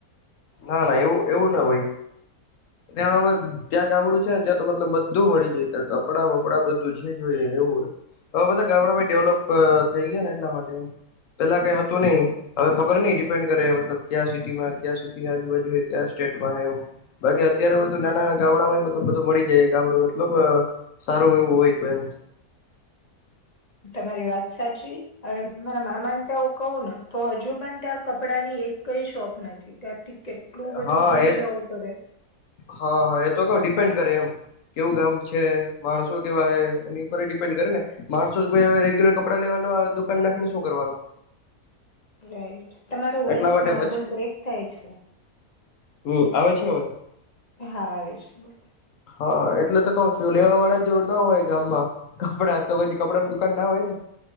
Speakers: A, on the left (about 65°); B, on the left (about 40°).
A: ના ના એવું એવું ના ભાઈ ત ત્યા ગામડું છે ને ત્યાં તો મતલબ બધું મળી જાય ત કપડાં વપડાં બધું જે જોઈએ એવું હોય હવે બધા ગામડા ભાઈ ડેવલોપ થઈ ગયા ને એટલા માટે એમ પેલા કઈ હતું નહિ હવે ખબર નઈ ડિપેન્ડ કરે મતલબ ક્યા સિટીમાં ક સીટી ના આજુ બાજુ ક સ્ટેટમાં એમ બાકી અત્યારે બધું નાના ગામડા માંલ બધું મળી જાય ગામડ મતલબ સારું એવું હોય તો એમ
B: તમારી વાત સાચી હવે મારા મામાને તો આવું કવું ને તો હજુ પણ ત્યાં કપડા ની એક કઈ શોપ નથી ત્યાં કેટલું બધું
A: હા
B: દૂર
A: એજ
B: જવું પડે
A: હા હા એ તો કેવ ડિપેન્ડ કરે એમ કેવું ગામ છે માણસો કેવા એની ઉપર ડિપેન્ડ કરે ને માણસો કોઈ હવે રેગ્યુલર કપડા લેવાના દુકાન નાખીને શું કરવાનું
B: રાઈટ તમારો વોઇસ
A: એટલા માટે
B: નોર્મલ
A: પછી
B: બ્રેક થાય છે
A: હમ આવે છે હવે
B: હા આવે છે બોલો
A: હા એટલે તો કઉ છું લેવા વાળા જો ના હોય ગામમાં કપડા તો પછી કપડાની દુકાન ના હોય ને